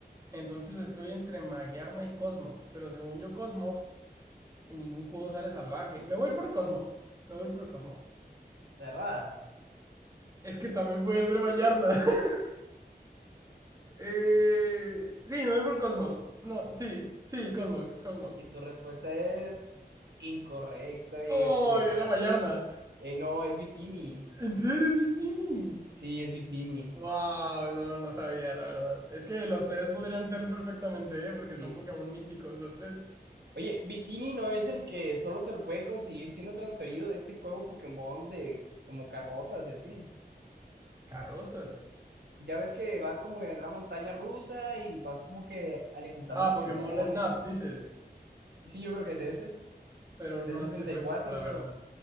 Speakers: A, on the right; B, on the right.
A: Entonces estoy entre Magyarna y Cosmog. Pero según yo, Cosmog, en ningún juego sale salvaje. Me voy por Cosmog. Me voy por Cosmog.
B: ¿Verdad?
A: Es que también puede ser Vallarna. <laughs> eh... Sí, me voy por Cosmog. No, sí, sí, Cosmog, Cosmog.
B: Y tu respuesta es incorrecta, viejo,
A: No,
B: güey.
A: era Vallarna.
B: Eh, no, es Victini.
A: ¿En serio es Victini?
B: Sí, es Victini.
A: Wow, no, no sabía, la verdad. Es que los tres podrían ser perfectamente, ¿eh? porque
B: Sí.
A: son Pokémon míticos los tres.
B: Oye, Victini no es el que solo se lo puede conseguir siendo transferido de este juego Pokémon de como carrozas y así.
A: Carrozas.
B: Ya ves que vas como en una montaña rusa y vas como que alimentando
A: Ah,
B: Pokémones.
A: Pokémon Snap, dices.
B: Sí, yo creo que es ese.
A: Pero
B: Del
A: no
B: 64,
A: estoy seguro, la
B: creo.
A: verdad.